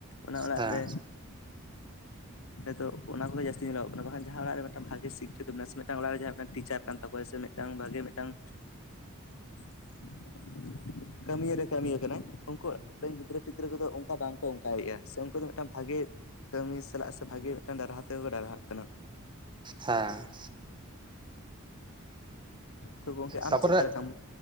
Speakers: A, on the left (about 70°); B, on the right (about 20°).
A: ᱚᱱᱟ ᱚᱲᱟᱜ
B: ᱦᱮᱸ
A: ᱨᱮ ᱱᱤᱛᱚᱜ ᱚᱱᱟ ᱠᱚᱜᱮ ᱡᱟᱹᱥᱛᱤ ᱧᱮᱞᱚᱜ ᱠᱟᱱᱟ ᱵᱟᱸᱠᱷᱟᱱ ᱡᱟᱦᱟᱸ ᱚᱲᱟᱜ ᱨᱮ ᱢᱤᱫᱴᱟᱝ ᱵᱷᱟᱜᱮ ᱥᱤᱠᱠᱷᱤᱛᱚ ᱢᱮᱥᱼᱼ ᱢᱤᱫ ᱴᱟᱝ ᱚᱲᱟᱜ ᱨᱮ ᱡᱟᱦᱟᱸ ᱢᱤᱫ ᱴᱟᱝ ᱴᱤᱪᱟᱨ ᱠᱟᱱ ᱛᱟᱵᱚ ᱟᱭ ᱥᱮ ᱢᱤᱫ ᱴᱟᱝ ᱵᱷᱟᱜᱮ ᱢᱤᱫ ᱴᱟᱝ <inaudible> ᱠᱟᱹᱢᱤᱭᱟᱹ ᱨᱮ ᱠᱟᱹᱢᱤ ᱠᱟᱱᱟᱭ ᱩᱱᱠᱩ ᱨᱮᱱ ᱜᱤᱫᱽᱨᱟᱹ ᱯᱤᱫᱽᱨᱟᱹ ᱠᱚᱫᱚ ᱚᱱᱠᱟ ᱵᱟᱝ ᱠᱚ ᱚᱱᱠᱟᱭᱮᱜᱼᱟ ᱥᱮ ᱩᱱᱠᱩ ᱫᱚ ᱢᱤᱫ ᱴᱟᱝ ᱵᱷᱟᱜᱮ ᱠᱟᱹᱢᱤ ᱥᱟᱞᱟᱜ ᱥᱮ ᱵᱷᱟᱜᱮ ᱢᱤᱫ ᱴᱟᱝ ᱰᱟᱨᱦᱟ ᱛᱮᱠᱚ ᱰᱟᱨᱟᱦᱟᱜ ᱠᱟᱱᱟ
B: ᱦᱮᱸ
A: ᱛᱚ ᱜᱚᱝᱠᱮ ᱟᱢ
B: ᱛᱟᱯᱚᱨᱮ
A: ᱪᱮᱫᱠᱟ ᱞᱮᱠᱟᱢ